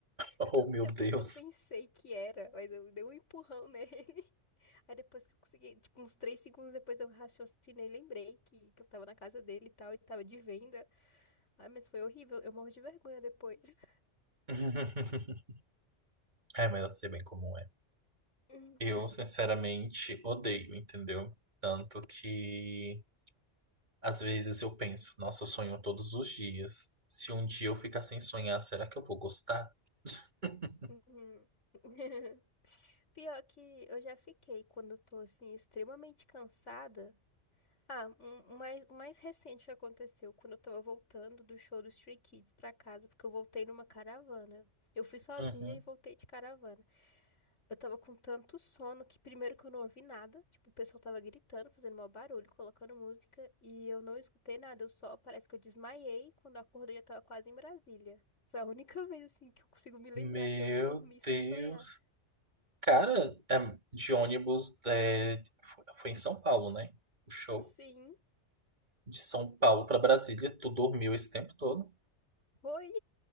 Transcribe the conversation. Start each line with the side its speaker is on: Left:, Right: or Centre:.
Right: Oh,
Left: Eu não sei
Right: meu Deus.
Left: o que que eu pensei que era, mas eu dei um empurrão nele. <laughs> Aí depois que eu consegui, tipo, uns três segundos depois eu raciocinei, lembrei que, que eu tava na casa dele e tal, e tava de venda. Ai, mas foi horrível, eu morro de vergonha depois.
Right: <laughs> É, mas eu sei bem como é.
Left: <laughs>
Right: Eu, sinceramente, odeio, entendeu? Tanto que. Às vezes eu penso, nossa, eu sonho todos os dias. Se um dia eu ficar sem sonhar, será que eu vou gostar? <laughs>
Left: Uhum. <laughs> Pior que eu já fiquei quando eu tô assim extremamente cansada. Ah, um, um mais, o mais recente que aconteceu quando eu tava voltando do show dos Stray Kids pra casa, porque eu voltei numa caravana. Eu fui sozinha
Right: Uhum.
Left: e voltei de caravana. Eu tava com tanto sono que primeiro que eu não ouvi nada, tipo, o pessoal tava gritando, fazendo mau barulho, colocando música, e eu não escutei nada, eu só parece que eu desmaiei, quando eu acordei eu já tava quase em Brasília. Foi a única <laughs> vez assim que eu consigo me lembrar
Right: Meu
Left: que eu dormi sem
Right: Deus.
Left: sonhar.
Right: Cara, é, de ônibus é, foi em São Paulo, né? O show.
Left: Sim,
Right: De São Paulo pra Brasília, tu dormiu esse tempo todo?
Left: foi.